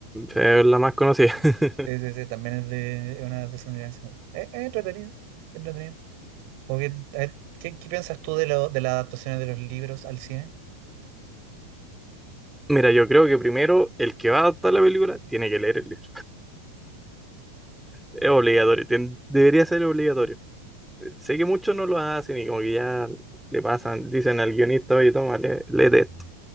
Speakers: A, in the centre; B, on the right (about 45°).
A: es la más conocida. <laughs>
B: Sí, sí, sí, también es de es una adaptación de estadounidense. Es, es entretenido, es entretenido. Como que, a ver, ¿qué, qué piensas tú de, lo, de las adaptaciones de los libros al cine?
A: Mira, yo creo que primero el que va a adaptar la película tiene que leer el libro. Es obligatorio, tien- debería ser obligatorio. Sé que muchos no lo hacen y como que ya le pasan, dicen al guionista, oye, toma, lee- léete esto.